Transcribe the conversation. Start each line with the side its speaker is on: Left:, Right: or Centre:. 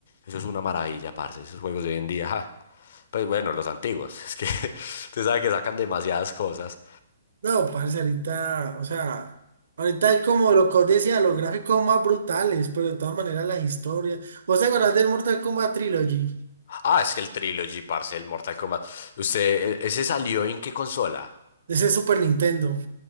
Left: Eso es una maravilla, parce. Esos juegos de hoy en día. <laughs> Pues bueno, los antiguos. <laughs> Es que usted sabe que sacan demasiadas cosas.
Right: No, parce, ahorita, o sea, ahorita hay como lo que os decía, los gráficos más brutales, pero de todas maneras las historias. ¿Vos te acordás del Mortal Kombat Trilogy?
Left: Ah, es que el Trilogy, parce, el Mortal Kombat. ¿Usted, e- ese salió en qué consola?
Right: De Ese Super Nintendo,